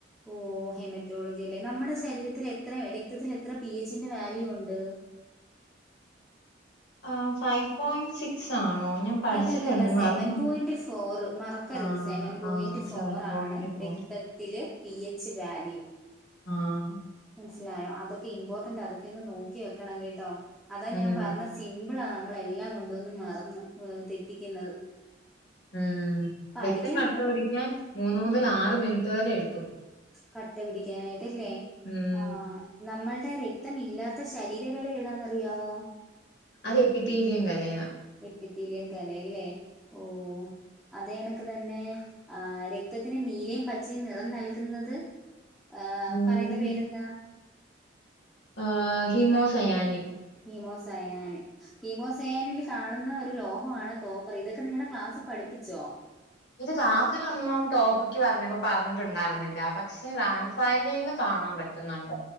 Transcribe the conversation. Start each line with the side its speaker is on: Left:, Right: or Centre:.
Centre: ഓ ഹെമറ്റോളജി അല്ലെ നമ്മുടെ ശരീരത്തിൽ എത്ര രക്തത്തിൽ എത്ര പി എച്ച്ന്റെ വാല്യു ഉണ്ട്
Left: ആഹ് ഫൈവ് പോയിന്റ് സിക്സ് ആണോ ഞാൻ പഠിച്ചിട്ടുണ്ട്
Centre: അല്ലല്ല അല്ല സെവൻ
Left: മറന്നു
Centre: പോയിന്റ് ഫോർ മറക്കരുത്
Left: ആഹ്
Centre: സെവൻ പോയിന്റ്
Left: ആഹ്
Centre: ഫോർ
Left: സെവൻ പോയിന്റ്
Centre: ആണ്
Left: ഫോർ
Centre: ത്തത്തിലെ പി എച്ച് വാല്യു
Left: ആഹ്
Centre: മനസ്സിലായോ അതൊക്കെ ഇമ്പോർട്ടന്റ് അതൊക്കെ ഒന്ന് നോക്കി വെക്കണം കേട്ടോ അതാ
Left: ഉം
Centre: ഞാൻ പറഞ്ഞ സിമ്പിളാ നമ്മളെല്ലാം കൊണ്ടുവന്ന് മറന്ന് തെറ്റിക്കുന്നത്
Left: ഉം
Centre: പഠിക്കാൻ
Left: രക്തം കട്ട
Centre: നോ
Left: പിടിക്കാൻ മൂന്ന് മുതൽ
Centre: ഉം
Left: ആറ് മിനിറ്റ് വരെ എടുക്കും
Centre: കട്ട പിടിക്കാനായിട്ടല്ലേ
Left: ഉം
Centre: ആഹ് നമ്മളുടെ രക്തം ഇല്ലാത്ത ശരീരകല ഏതാന്ന് അറിയാവോ
Left: അത് എപ്പിത്തീലിയം കലയാ
Centre: എപ്പിത്തിലിയൻ കലയല്ലേ ഓഹ് അത കണക്ക് തന്നെ ആ രക്തത്തിന് നീലയും പച്ചയും നിറം നൽകുന്നത് ആഹ്
Left: ഉം.
Centre: പറയുന്ന പേരെന്താ
Left: ആഹ് ഹിമോസയാനി
Centre: ഹിമോസായാണ് ഹീമോസയാനിൽ കാണുന്ന ഒരു ലോഹമാണ് കോപ്പർ ഇതൊക്കെ നിങ്ങളുടെ ക്ലാസ്സിൽ പഠിപ്പിച്ചോ
Left: ഇത് ക്ലാസിലൊന്നും ടോപ്പിക്ക് പറഞ്ഞപ്പോ പറഞ്ഞിട്ടുണ്ടായിരുന്നില്ല പക്ഷെ റാങ്ക് ഫായലീന്ന് കാണാൻ പറ്റും ന്നുണ്ട്